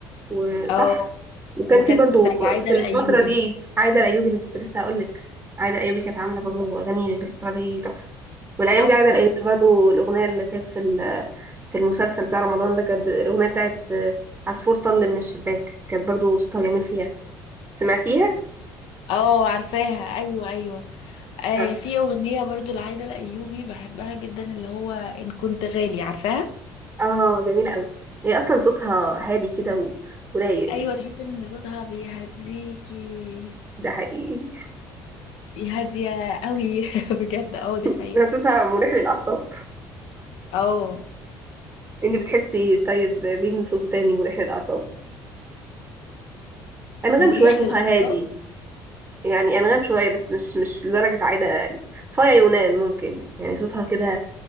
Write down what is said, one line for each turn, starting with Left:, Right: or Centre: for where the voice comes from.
Right: وصح
Left: او
Right: وكان
Left: وكانت
Right: في برضو
Left: بتاعت عايدة
Right: في
Left: الايوبي
Right: الفتره دي عايده الايوبي اللي كنت لسه هقول لك عايده الايوبي كانت عامله برضو اغاني في الفتره دي تحفه والايام
Left: تحفة
Right: دي عايده الايوبي برضو الاغنيه اللي كانت في ال- في المسلسل بتاع رمضان ده كانت ب- الاغنيه بتاعت عصفور طل من الشباك كانت برضو صوتها جميل فيها سمعتيها
Left: اه عارفاها ايوه ايوه آه
Right: اه
Left: في اغنية برضو لعايدة الايوبي بحبها جدا اللي هو ان كنت غالي عارفاها
Right: آه، جميله قوي هي اصلا صوتها هادي كده و- ورايق
Left: ايوه تحسي ان صوتها بيهديكي
Right: ده حقيقي
Left: هادية قوي <laughs> بجد اه دي حقيقة
Right: <laughs> صوتها مريح للاعصاب
Left: اه
Right: انت بتحسي طيب مين صوته تاني مريح للاعصاب انغام
Left: مريح
Right: شويه صوتها
Left: للاعصاب
Right: هادي يعني انغام شويه بس مش مش لدرجه عايده يعني فايا يونان ممكن يعني صوتها كده